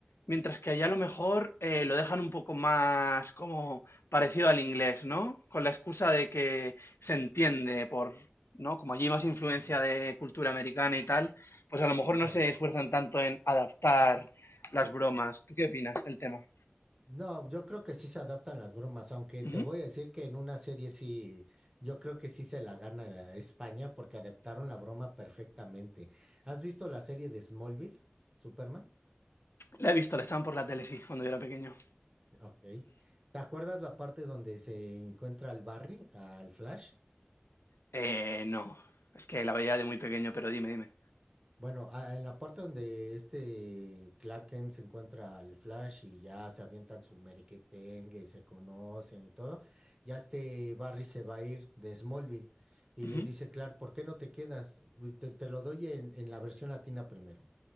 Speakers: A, on the left; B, on the right.
A: Mientras que allá a lo mejor eh, lo dejan un poco más como parecido al inglés, ¿no? Con la excusa de que se entiende por, ¿no? Como allí hay más influencia
B: ujú,
A: de cultura americana y tal, pues a lo mejor no
B: Claro.
A: se esfuerzan tanto en adaptar las bromas. ¿Tú qué opinas del tema?
B: No, yo creo que sí se adaptan las bromas, aunque
A: Ujú.
B: te voy a decir que en una serie sí, yo creo que sí se la gana la España porque adaptaron la broma perfectamente. ¿Has visto la serie de Smallville, Superman?
A: La he visto, la estaban por la tele, sí, cuando yo era pequeño.
B: Ok. ¿Te acuerdas la parte donde se encuentra al Barry, al Flash?
A: Eh, no, es que la veía de muy pequeño, pero dime, dime.
B: Bueno, a- en la parte donde este Clark Kent se encuentra al Flash y ya se avientan su merequetengue y se conocen y todo, ya este Barry se va a ir de Smallville y
A: Ujú.
B: le dice Clark, ¿por qué no te quedas? Uy, Te, te lo doy en, en la versión latina primero.